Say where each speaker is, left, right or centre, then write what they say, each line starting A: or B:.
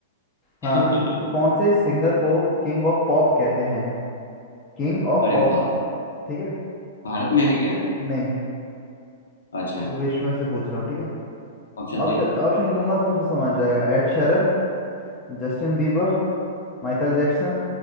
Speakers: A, on the left; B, on the left.
A: हाँ
B: <laughs>
A: कौन से सिंगर को किंग ऑफ पॉप कहते हैं किंग ऑफ
B: अरे
A: पॉप
B: वाह
A: ठीक है
B: भारत में है क्या
A: नहीं
B: अच्छा
A: वो विश्व में से पूछ रहा हूँ ठीक है
B: ऑप्शन
A: ऑप्शन
B: दे
A: ऑप्शन दूंगा तो खुद समझ जाएगा Ed Sheeran Justin Bieber Michael Jackson